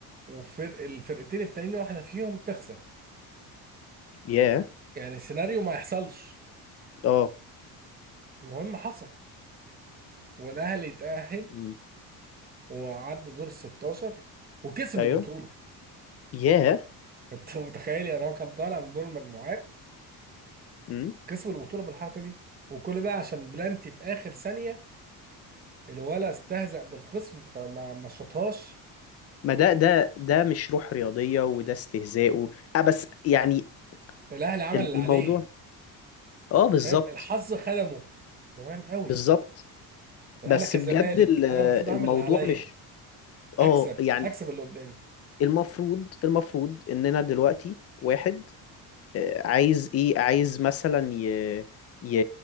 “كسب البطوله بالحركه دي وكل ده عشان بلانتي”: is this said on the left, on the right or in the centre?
Right